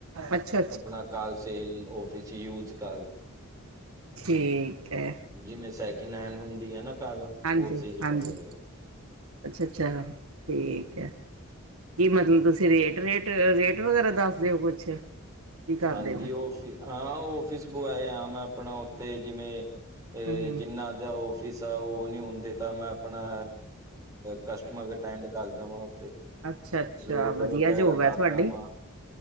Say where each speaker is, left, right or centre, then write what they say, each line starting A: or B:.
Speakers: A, on the right; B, on the right.
A: ਅੱਛਾ <unintelligible>
B: ਆਪਣਾ ਕਾਰਸੇਲ ਫਿਸ ਯੂਜ ਕਰ
A: ਠੀਕ ਹੈ
B: ਜਿਵੇਂ ਸੈਕਿੰਡ ਹੈਂਡ ਹੁੰਦੀ ਆ ਨਾ ਕਾਰਾ
A: ਹਾਂਜੀ
B: ਉਹ ਸੇਲ
A: ਹਾਂਜੀ
B: ਕਰਦੇ ਆ।
A: ਅੱਛਾ ਅੱਛਾ ਠੀਕ
B: ਆ
A: ੲੈ, ਕੀ ਮਤਲਬ ਤੁਸੀਂ ਰੇਟ ਰੇਟ ਰੇਟ ਵਗੈਰਾ ਦਸ ਦੇ ਓ ਕੁਛ। ਕੀ ਕਰਦੇ
B: ਹਾਂਜੀ
A: ਹੋ
B: ਔਫਿਸ ਹਾਂ ਔਫਿਸ ਬੁਆਏ ਆ ਮੈਂ ਆਪਣਾ ਉੱਥੇ ਜਿਵੇਂ ਇਹ
A: ਹੂੰ ਹੂੰ
B: ਜਿੰਨਾ ਦਾ ਔਫ ਜਿਸ ਤਰ੍ਹ ਉ ਨੀ ਹੁੰਦੇ ਤਾਂ ਮੈਂ ਆਪਣਾ ਕਸਟਮਰ ਅਟੈਂਡ ਕਰਦਾ ਵਾਂ ਉਥੇ।
A: ਅੱਛਾ ਅੱਛਾ
B: ਰੇਟ
A: ਵਧੀਆ
B: ਵਗੈਗਾ
A: ਜੋਬ
B: ਦੱਸਦਾ
A: ਹੈ ਤੁਹਾਡੀ
B: ਵਾ।